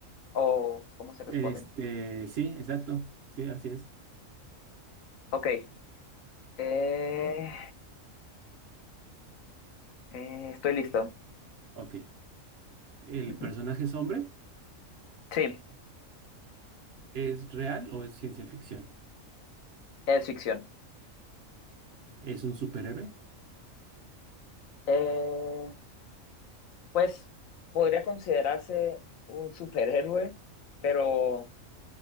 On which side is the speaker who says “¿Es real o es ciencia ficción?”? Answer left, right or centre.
Right